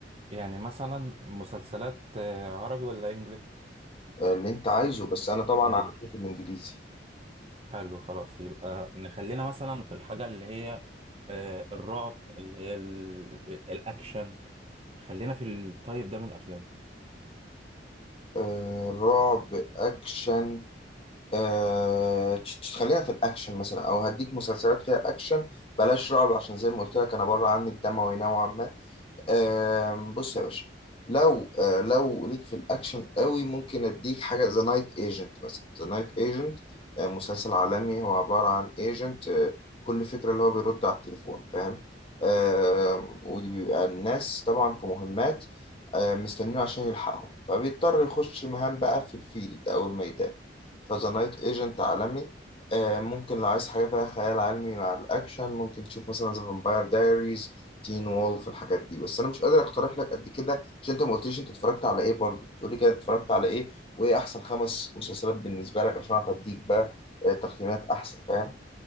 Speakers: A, on the right (about 35°); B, on the left (about 30°).
A: يعني مثلا مسلسلات آه، عربي ولا انجليش
B: آه، اللي انت عايزه بس انا طبعا
A: يعني
B: عارف في الانجليزي
A: حلو خلاص يبقى نخلينا مثلا في الحاجة اللي هي آه، الرعب اللي هي ال- الأكشن خلينا في الطيب ده من الأفلام
B: آه، رعب اكشن آه... تش- تش- خلينا في الأكشن مثلا أو هديك مسلسلات فيها أكشن بلاش رعب عشان زي ما قلت لك أنا بره عني الدموي نوعا ما آم، بص يا باشا لو آه، لو ليك في الاكشن قوي ممكن اديك حاجه ذا نايت ايجنت مثلا ذا نايت ايجنت مسلسل عالمي هو عباره عن ايجنت كل فكره اللي هو بيرد على التليفون فاهم آم، ودي بيبقى الناس طبعا في مهمات آه، مستنينه عشان يلحقهم فبيضطر يخش مهام بقى في الفيلد او الميدان فذا نايت ايجنت عالمي آه، ممكن لو عايز حاجه فيها خيال علمي مع الاكشن ممكن تشوف مثلا ذا فامباير دايريز تين وولف الحاجات دي بس انا مش قادر اقترح لك قد كده عشان انت ما قلتليش انت اتفرجت على ايه برضه بتقولي كده اتفرجت على ايه وايه احسن خمس مسلسلات بالنسبه لك عشان اعرف اديك بقى آه، تقييمات احسن فاهم